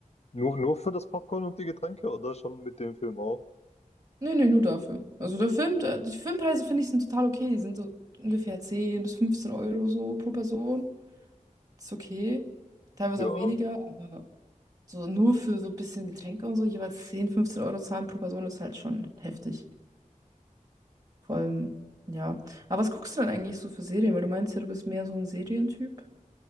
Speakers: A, on the left; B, on the right.
A: nur, nur für das Popcorn und die Getränke oder schon mit dem Film auch?
B: nee, nee, nur dafür. Also der Film, der, die Filmpreise finde ich sind total okay. Die sind so ungefähr 10 bis 15 Euro so pro Person. Ist okay. Teilweise
A: Ja.
B: auch weniger, aber so nur für so ein bisschen Getränke und so, jeweils 10, 15 Euro zahlen pro Person ist halt schon heftig. Vor allem, ja. Aber was guckst du denn eigentlich so für Serien? Weil du meinst ja, du bist mehr so ein Serientyp.